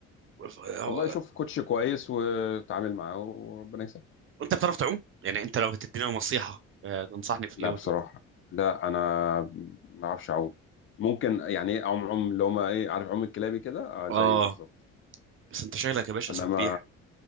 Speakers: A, on the right; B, on the left.
A: بتهرب
B: والله شوف كوتش كويس وتعامل معاه وربنا يسهل
A: انت بتعرف تعوم يعني انت لو هتدينا نصيحة آه، تنصحني في
B: لا
A: ايه وتقول
B: بصراحة
A: لي
B: لا انا ما اعرفش اعوم ممكن يعني ايه اعوم عوم اللي هما ايه عارف عوم الكلابي كده اه
A: اه
B: زيه بالظبط
A: بس انت شكلك يا باشا
B: انما
A: سبيح